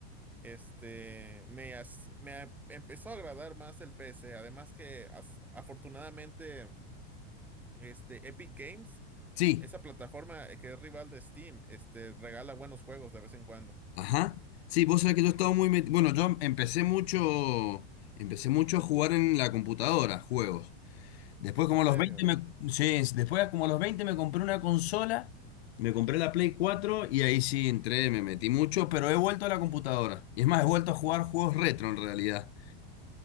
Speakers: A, in the centre; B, on the left.
A: este, me, as- me a- empezó a agradar más el PC. Además que, as- afortunadamente, este, Epic Games,
B: Sí,
A: esa plataforma que es rival de Steam, este, regala buenos juegos de vez en cuando.
B: Ajá. Sí, vos sabés que yo estaba muy metido. Bueno, yo empecé mucho, empecé mucho a jugar en la computadora, juegos. Después como
A: En serio.
B: a los 20 me, sí, después como a los 20 me compré una consola, me compré la Play 4 y ahí sí entré, me metí mucho, pero he vuelto a la computadora. Y es más, he vuelto a jugar juegos retro en realidad.